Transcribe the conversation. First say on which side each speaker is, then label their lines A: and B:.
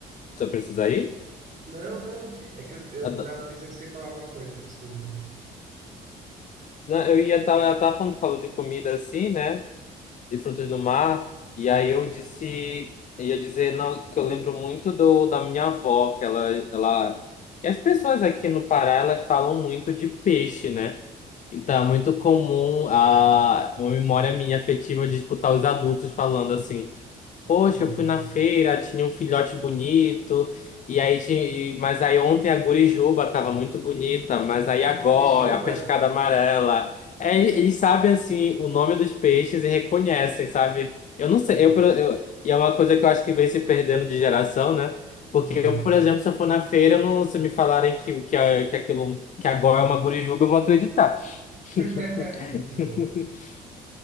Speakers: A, on the left (about 45°); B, on the right (about 40°).
A: Tu precisa ir?
B: não, não. É que eu, eu
A: Ah, da-
B: tava pensando que você ia falar alguma coisa, desculpa.
A: Não, eu ia estar. Ela tava falando, falou de comida assim, né? De frutos do mar. E aí eu disse. Ia dizer não, que eu lembro muito do, da minha avó, que ela, ela. E as pessoas aqui no Pará, elas falam muito de peixe, né? Então é muito comum a uma memória minha afetiva de escutar os adultos falando assim. Poxa,
B: Uhum.
A: eu fui na feira, tinha um filhote bonito, e aí tinha, e- mas aí ontem a gurijuba tava muito bonita, mas aí agora,
B: Curitiba?
A: a pescada amarela. É, ele- eles sabem assim o nome dos peixes e reconhecem, sabe? Eu não sei,
B: Hum,
A: eu, por- eu- e é uma coisa que eu acho que vem se perdendo de geração, né? Porque
B: Uhum.
A: eu, por exemplo, se eu for na feira, eu não, se me falarem que, que, a- que aquilo que agora é uma gurijuba, eu vou acreditar. <laughs>
B: <laughs> Muito bom.